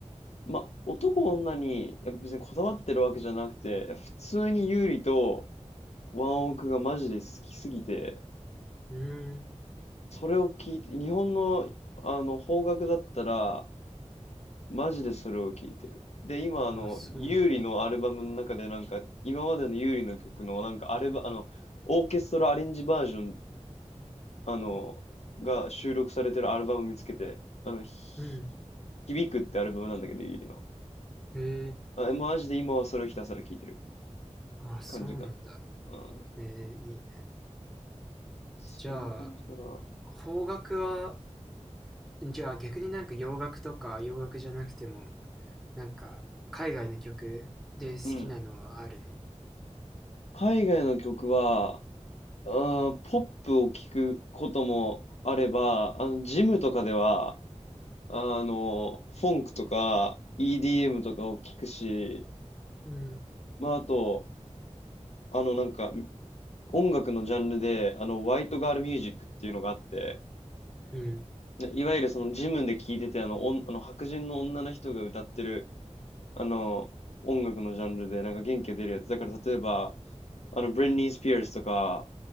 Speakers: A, on the left; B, in the centre.
A: まあ、男女に、やっぱ別にこだわってるわけじゃなくて、普通に優里とワンオクがマジで好きすぎて、
B: うーん。
A: それを聞いて、日本の、あの、邦楽だったら、マジでそれを聞いてる。で、今、あの、
B: あ、そうなんだ。
A: 優里のアルバムの中でなんか、今までの優里の曲の、なんか、アルバ、あの、オーケストラアレンジバージョンあの、が収録されてるアルバム見つけて、あの、ひ
B: うん。
A: 響くってアルバムなんだけど、ゆりの。
B: へえ。
A: あ、マジで今はそれをひたすら聴いてる
B: あ、そうなんだ。
A: 感じかな。うん、
B: えー、いいね。
A: そんな感じかな。
B: じゃあ、邦楽は、じゃあ逆になんか洋楽とか洋楽じゃなくても、なんか、海外の曲で好きなのはあるの
A: うん。海外の曲は、あー、ポップを聴くこともあれば、あの、ジムとかでは、あの、フォンクとか EDM とかを聴くし、
B: うん、
A: まあ、あと、あの、なんか、音楽のジャンルで、あの、ホワイトガールミュージックっていうのがあって、
B: うん、
A: いわゆるそのジムで聴いてて、あの、おんあの白人の女の人が歌ってる、あの、音楽のジャンルで、なんか元気が出るやつ。だから例えば、あの、ブリンニー・スピアーズとか、